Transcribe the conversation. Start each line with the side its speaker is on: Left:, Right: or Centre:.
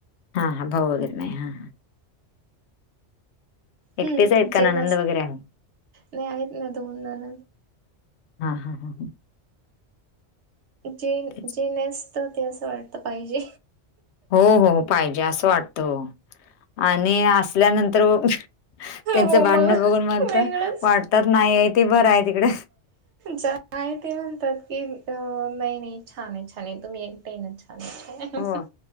Left: हा हा भाऊ वैगरे नाही हा हा. एकटेच
Right: हम्म
Left: आहेत का
Right: जे
Left: ननंद
Right: नस
Left: वगैरे आहे?
Right: नाही आहेत ना दोन जण
Left: हा हा हा ह.
Right: जेन
Left: तेच.
Right: जे नसत ते असं वाटत पाहिजे.
Left: हो हो पाहिजे असं वाटत आणि असल्यानंतर त्यांचं
Right: हो
Left: भांडणं
Right: मग
Left: बघून म
Right: वेगळंच
Left: वाटत नाही आहे ते बरं आहे तिकडे
Right: ज आहे ते म्हणतात की अ नाही नाही छान आहे छान आहे तुम्ही एकट ये ना छान आहे छान आहे
Left: हो